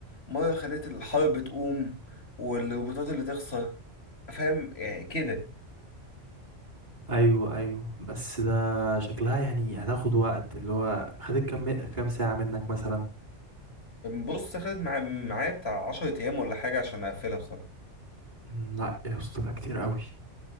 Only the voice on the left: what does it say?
مره خليت الحرب تقوم والروبوتات اللي تخسر فاهم يعني كده
بص خدت مع- معايا بتاع 10 ايام ولا حاجه عشان اقفلها بصراحه